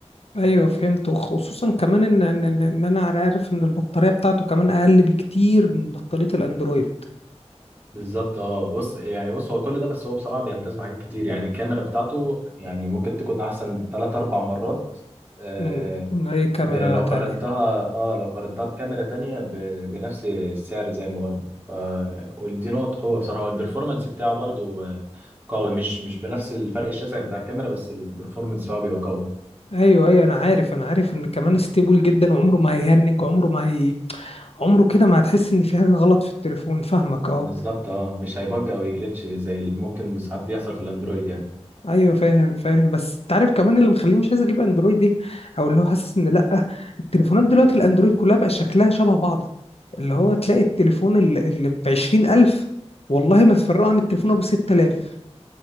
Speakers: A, on the left; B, on the right.
A: ايوه فهمت وخصوصا كمان ان ان ان إن انا عارف ان البطارية بتاعته كمان اقل بكتير من بطارية الاندرويد
B: بالظبط اه بص يعني بص هو كل ده بس هو بصراحه بيمتاز بحاجات كتير يعني الكاميرا بتاعته يعني ممكن تكون احسن ثلاث اربع مرات آه
A: من من اي كاميرا
B: ب- لو
A: تانية
B: قارنتها اه لو قارنتها بكاميرا تانية ب- بنفس السعر زي ما قلنا ف ودي نقط قوه بصراحه والبرفورمانس بتاعه برضو آه، قوي مش مش بنفس الفرق الشاسع بتاع الكاميرا بس البرفورمانس بتاعه بيبقى قوي
A: ايوه ايوه انا عارف انا عارف ان كمان ستيبل جدا وعمره ما هيهنج عمره ما هي عمره كده ما هتحس ان في حاجه غلط في التليفون فاهمك اه
B: بالظبط اه مش هيبج او يجلتش زي اللي ممكن ساعات بيحصل في الاندرويد يعني
A: ايوه فاهم فاهم بس انت عارف كمان اللي مخليني مش عايز اجيب اندرويد ايه او اللي هو حاسس ان لا التليفونات دلوقتي الاندرويد كلها بقى شكلها شبه بعضه اللي هو تلاقي التليفون اللي, اللي ب 20000 والله ما تفرقه عن التليفون ابو 6000